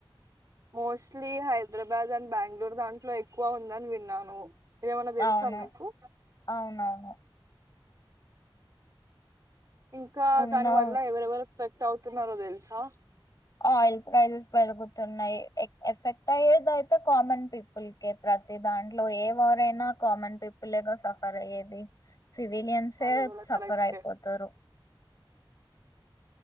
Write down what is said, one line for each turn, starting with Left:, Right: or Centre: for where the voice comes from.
Right: మోస్ట్లీ హైదరాబాద్ అండ్ బెంగళూరు దాంట్లో ఎక్కువ ఉందని విన్నాను ఇదిమన్నా తెలుసా
Left: అవును
Right: మీకు
Left: అవునవును
Right: ఇంకా
Left: ఉన్న
Right: దాని వల్ల ఎవరెవరు ఎఫెక్ట్ అవుతున్నారో తెలుసా
Left: ఆయిల్ ప్రైజెస్ పెరుగుతున్నాయి ఎఫెక్ట్ అయ్యేది అయితే కామన్ పీపుల్ క ప్రతి దాంట్లో ఏ వారైనా కామన్ పీపుల్గా సఫర్ అయ్యేది సివిలియన్సే
Right: అది కూడా
Left: సఫర్
Right: కరెక్టే
Left: అయిపోతారు